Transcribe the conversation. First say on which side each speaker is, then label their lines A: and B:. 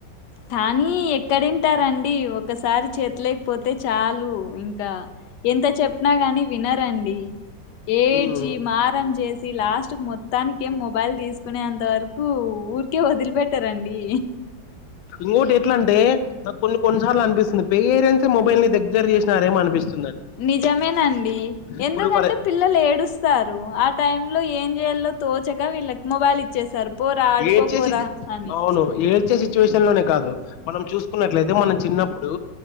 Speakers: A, on the left; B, on the left.
A: కానీ ఎక్కడింటారండి ఒకసారి చేతిలకిపోతే చాలు ఇంకా ఎంత చెప్పినా గానీ వినరండి. ఏడ్చి
B: ఉమ్.
A: మారం చేసి లాస్ట్ మొత్తానికే మొబైల్ తీసు కునే అంతవరకు ఊరు కివదిలి పెట్టరం అండి.
B: ఇంకోటి ఎట్లా అంటే నాకు కొన్ని కొన్నిసార్లు అనిపిస్తుంది. పేరెంట్స్ మొబైల్ ని దగ్గర చేసినారేమో అనిపిస్తు
A: నిజమేనండి ఎందుకంటే
B: ఇప్పుడు ఫర్
A: పిల్లలు ఏడుస్తారు ఆ టైం లో ఏం చేయాలో తోచక వీళ్ళకి మొబైల్ ఇచ్చేసారు పోరా ఆడుకో
B: ఏడ్చే
A: పోరా
B: సి
A: అని
B: అవును ఏడ్చే సిచ్యువేషన్ లోనే కాదు. మనం చూసుకున్నట్లయితే మనం చిన్నప్పుడు